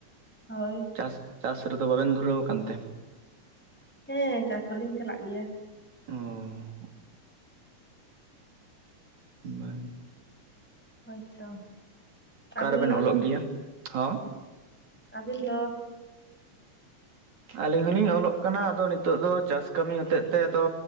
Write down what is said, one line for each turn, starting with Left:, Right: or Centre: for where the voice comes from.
Centre: ᱦᱚᱭ
Right: ᱪᱟᱥ ᱪᱟᱥ ᱨᱮ ᱫᱚ ᱵᱟᱵᱮᱱ ᱫᱷᱩᱨᱟᱹᱣ ᱠᱟᱱ ᱛᱮ?
Centre: ᱦᱮᱸ ᱪᱟᱥ ᱦᱚᱸ ᱞᱤᱧ ᱪᱟᱞᱟᱜ ᱜᱮᱭᱟ᱾
Right: ᱦᱚ ᱵᱟᱝ
Centre: ᱦᱚᱭ ᱛᱚ
Right: ᱚᱠᱟ
Centre: ᱟᱹᱵᱤᱱ
Right: ᱨᱮᱵᱮᱱ
Centre: ᱫᱚ
Right: ᱚᱞᱚᱜ ᱜᱮᱭᱟ ᱦᱚᱸ
Centre: ᱟᱹᱵᱤᱱ ᱫᱚ?
Right: ᱟᱹᱞᱤᱧ ᱦᱚᱸ ᱞᱤᱧ ᱚᱞᱚᱜ ᱠᱟᱱᱟ᱾ ᱟᱫᱚ ᱱᱤᱛᱚᱜ ᱫᱚ ᱪᱟᱥ ᱠᱟᱹᱢᱤ ᱦᱚᱛᱮ ᱛᱮ ᱟᱫᱚ